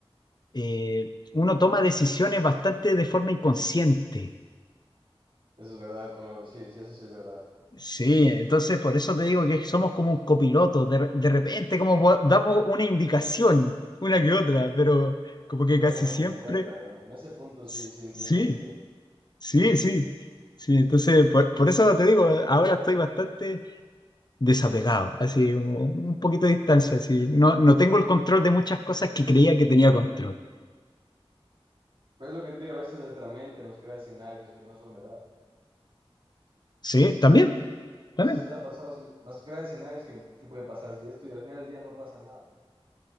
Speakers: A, on the left (about 45°); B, on the right (about 60°).
A: eh, uno toma decisiones bastante de forma inconsciente.
B: Eso es verdad, con lo... sí, sí, eso sí es verdad.
A: Sí, entonces por eso te digo que somos como un copiloto. De, de repente como po- damos una indicación, una que otra, pero como que
B: Y no
A: casi
B: nos damos
A: siempre,
B: ni cuenta. bueno, en ese punto
A: s-
B: sí, sí entiendo
A: sí.
B: lo que
A: Sí, sí, sí, entonces por, por eso te digo, ahora estoy bastante desapegado, así un, un poquito de distancia, así, no, no tengo el control de muchas cosas que creía que tenía control.
B: Pero es lo que te digo, a veces nuestra mente nos crea escenarios que no son verdad.
A: Sí, también, también,
B: No sé si te ha pasado, si- nos crea escenarios que, que puede pasar si esto y al final del día no pasa nada.